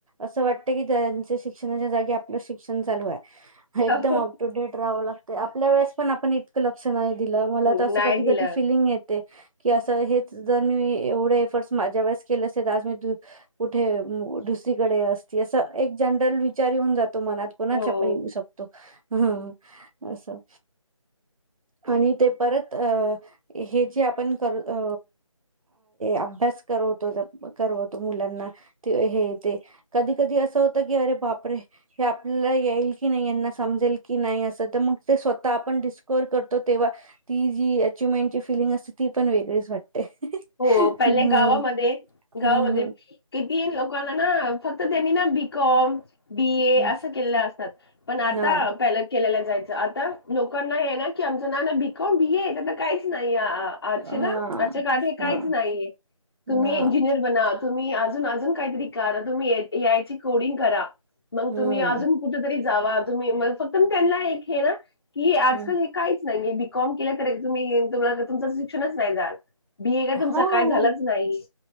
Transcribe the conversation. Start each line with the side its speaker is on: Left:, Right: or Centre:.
Right: असं वाटत की त्यांच्या शिक्षणाच्या जागी आपलं शिक्षण चालू आहे एकदम
Left: हो,
Right: अप टू डेट राहावं लागतं आपल्या वेळेस पण आपण इ लक्ष नाही दिला मला
Left: हो.
Right: असं
Left: नाही
Right: कधी
Left: दिलं.
Right: कधी फिलिंग येत की असं हेच जर मी एवढे एफर्ट माझ्या वेळेस केले असेल तर आज मी कुठे दुसरीकडे असती असं एक जनरल विचार येऊन जातो मनात कोणाच
Left: हो.
Right: आपण येऊ शकतो ह असं आणि ते परत अ हे जे आपण कर अ अभ्यास करवतो करवतो मुलांना ते हे ते कधी कधी असं होतं की अरे बापरे हे आपल्याला येईल की नाही यांना समजेल की नाही असं तर मग ते स्वतः आपण डिस्कोअर करतो तेव्हा ती जी अचवमेंटची फिलिंग असते ती पण वेगळीच वाटते
Left: हो पहिल्या
Right: हम्म
Left: गावामध्ये गावामध्ये
Right: हम्म हम्म
Left: कि तीन लोकांना ना फक्त त्यांनी ना बीिकॉम बी ए
Right: हम्म.
Left: असं केलेलं असतात पण आता
Right: हा
Left: प केलेला जायचं आता लोकांना हे ना की आमचं ना ना भिक भिय तर काहीच नाही अच्छ
Right: हा
Left: ना अच् काढ काहीच
Right: हा
Left: नाहीये
Right: ना
Left: तुम्ही इंजिनियर म्हणा तुम्ही अजून अजून काहीतरी करा तुम्ही ए आय ची कोडिंग करा मग
Right: हम्म
Left: तुम्ही अजून कुठ तरी जावा तुम्ही मग फक्त त्यांना एक हे ना की आजकाल
Right: हम्म
Left: हे काहीच नाहीे कॉम केला तर तुम्ही तुमला तुमच शिक्षणच नाही जाल बीए का तुमच
Right: हा
Left: काय झालंच नाही